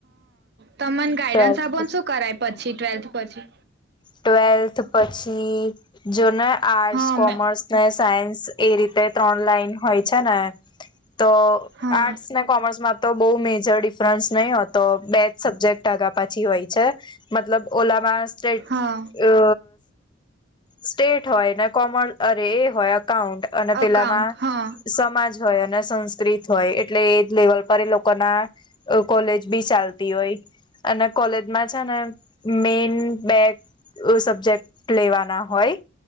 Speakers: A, on the right; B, on the left.
A: તમને ગાઈડન્સ
B: ટ્વેલ્થ
A: આપોને શું કરાય પછી ટ્વેલ્થ પછી.
B: ટવેલ્થ પછી જો ને આર્ટસ
A: હા
B: કોમર્સ
A: મે
B: ને સાયન્સ એ રીતે ત્રન લાઈન હોય છે ને. હા. તો
A: હા
B: આર્ટસ ને કોમર્સમાં તો બહુ મેજર ડિફરન્સ નહીં હોતો બે જ સબ્જેક્ટ આગા પાછી હોય છે મતલબ ઓલામાં સ્ટેટ
A: હા
B: અ સ્ટેટ હોય ને કોમ અરે એ હોય. કાઉન્ટ અને પેલામાં
A: અકાઉન્ટ હા
B: સમાજ હોય અને સંસ્કૃત હોય એટલે એ લેવલ પર એ લોકો ના કોલેજ બી ચાલતી હોય અને કોલેજમાં છે ને મેન બેક સબ્જેક્ટ લેવાના હોય.